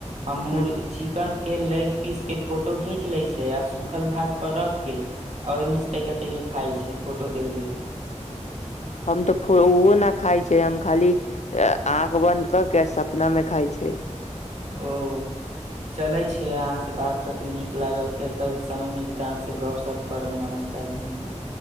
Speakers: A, on the right (about 65°); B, on the left (about 65°).
A: हम मुर
B: ह
A: चिकन के लेग पीस के फोटो घींच लै छै आ सुखल भात पर रख के आ ओहिमेस तै तै खाइ छै फोट देख देख के
B: हम तऽ फ ओहो न खाय छै हम खाली आँख बंद क के सपना मे खाइ छै
A: ओ चलै छी अहाँ से बात क के नीक लागल फेर कभी समय मिली तऽ अहाँ से गप सप करब नमस्कार धन्यवाद